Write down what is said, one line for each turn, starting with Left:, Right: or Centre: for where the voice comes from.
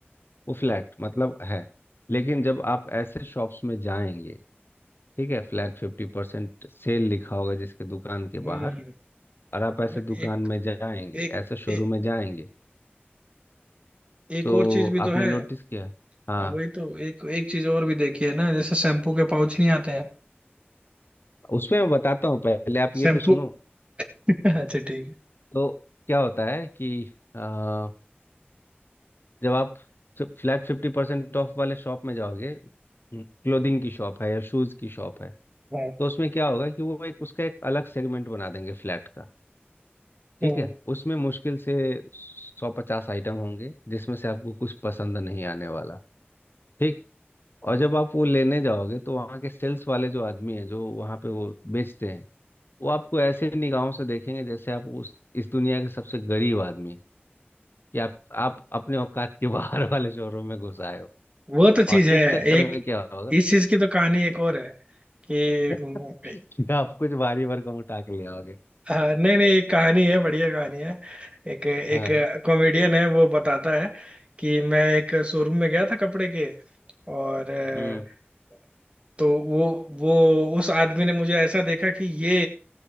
Left: वो फ्लैट मतलब है लेकिन जब आप ऐसे शॉप्स में जाएंगे ठीक है फ्लैट फिफ्टी परसेंट सेल लिखा होगा जिसके दुकान के
Right: हम्म।
Left: बाहर और आप ऐसे
Right: और एक
Left: दुकान में जाएंगे
Right: एक
Left: ऐसे शोरूम
Right: एक
Left: में जाएंगे
Right: एक
Left: तो
Right: और चीज भी तो
Left: आपने
Right: है
Left: नोटिस किया हाँ
Right: हाँ वही तो एक एक चीज और भी देखी है ना जैसे शैम्पू के पाउच नहीं आते हैं
Left: उसमें मैं बताता हूँ पहले आप ये
Right: शैम्पू
Left: तो सुनो
Right: <laughs> अच्छा ठीक है
Left: तो क्या होता है कि अ, जब आप फ्लैट फिफ्टी परसेंट ऑफ वाले शॉप में जाओगे क्लोथिंग की शॉप है या शूज की शॉप है
Right: है
Left: तो उसमें क्या होगा कि वो एक उसका एक अलग सेगमेंट बना देंगे फ्लैट का ठीक
Right: हम्म,
Left: है उसमें मुश्किल से सौ पचास आइटम होंगे जिसमें से आपको कुछ पसंद नहीं आने वाला ठीक और जब आप वो लेने जाओगे तो वहाँ के सेल्स वाले जो आदमी है जो वहाँ पे वो बेचते हैं वो आपको ऐसे निगाहों से देखेंगे जैसे आप उस इस दुनिया के सबसे गरीब आदमी हैं। कि आप आप अपने औकात के <laughs> बाहर वाले शोरूम में घुस आए हो
Right: वो तो चीज
Left: और
Right: है
Left: इस चक्कर
Right: एक
Left: में क्या होगा
Right: इस चीज की तो कहानी एक
Left: कि,
Right: और है कि
Left: <laughs>
Right: हम्म,
Left: कि आप कुछ भारी भरकम उठा के ले आओगे
Right: अ, नहीं नहीं एक कहानी है बढ़िया कहानी है एक एक
Left: हाँ
Right: कॉमेडियन है वो बताता है कि मैं एक शोरूम में गया था कपड़े के और अ,
Left: हम्म
Right: तो वो वो उस आदमी ने मुझे ऐसा देखा कि ये